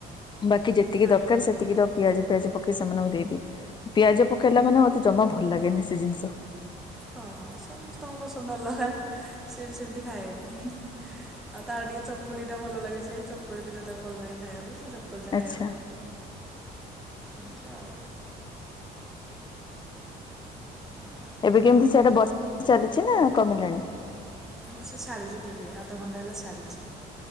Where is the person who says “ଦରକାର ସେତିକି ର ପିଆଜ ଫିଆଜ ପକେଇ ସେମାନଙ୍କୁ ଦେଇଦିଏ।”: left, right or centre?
Left